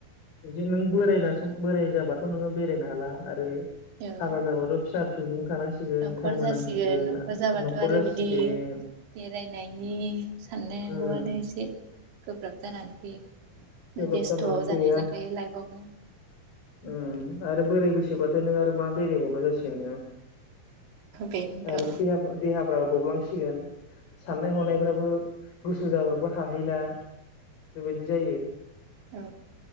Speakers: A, on the left; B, on the right.
A: जि नों बोरायना सम बोराय जाबा थ नोंङो बेरायनो हाला आरो
B: औ
A: हाबा जाबाथ फिसा फिसौजों थानांसिगोन
B: न'खर
A: टाइम
B: जासिगोन
A: होनांसिगोन
B: न'खर जाबाथ
A: न'खर
B: आरो
A: जासिगोन
B: बिदि बेरायनायनि साननायांगौआनो
A: उम
B: एसे गोब्राब जानानै फैयो।
A: गोब्राब
B: बेस्थ'
A: जानानै फैयो
B: जानाय
A: आर
B: जाखायो लाइफआवनो
A: उम आरो। बोराय बैसोबाथाय नों आरो मा बेरायबावनो जासिगोन नोंङो
B: बेनोथ'
A: आरो
B: औ
A: देहा देहाफ्रा रबलांसिगोन साननाय हनायफ्राबो गोसो जाबाबो हाहैला बेबायदि जायो
B: औ